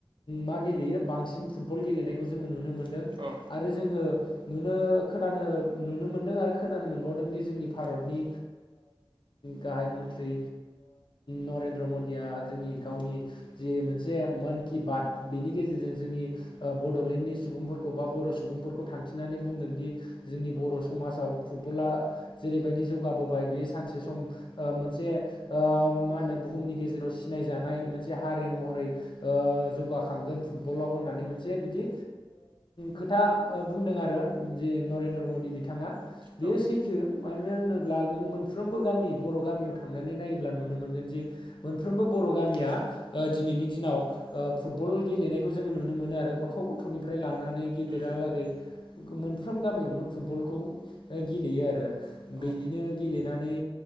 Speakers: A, on the left (about 55°); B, on the right (about 55°).
A: मा गेलेयो बांसिन फुटबल गेलेनायखौ जोङो नुनो मोनदों।
B: औ
A: आरो जोङो नुनो खोनानो नुनो मोनदों आरो खोनानो मोनबावदों दि जोंनि भारतनि गाहाय मन्त्रि नरेन्द्र मदिया जोंनि गावनि जि मोनसे मान कि बात बेनि गेजेरजों जोंनि बड'लेण्डनि सुबुंफोरखौ बा बर' सुबुंफोरखौ थांखिनानै बुंदोंदि जोंनि बर' समाजाव फुटबला जेरैबायदि जौगाबोबाय बेयो सानसे सम ओ मोनसे मा होनो बुहुमनि गेजेराव सिनायजानाय मोनसे हारि महरै जौगाखांगोन फुटबलाव होननानै मोनसे बिदि खोथा बुंदों आरो जे नरेन्द्र मदि बिथाङा बेयो
B: औ
A: सैथ थो मानो होनोब्ला नों मोनफ्रोमबो गामि बर' गामियाव थांनानै नायोब्ला नुनो मोनगोन जि मोनफ्रोमबो बर' गामिया दिनैनि दिनाव फुटबल गेलेनाय बेखौ जोङो नुनो मोनो आरो गथ' गथ'निफ्राय लानानै गेदिरालागै
B: उम
A: मोनफ्राम गामियावनो फुटबलखौ गेलेयो आरो
B: औ
A: बिदिनो गेलेनानै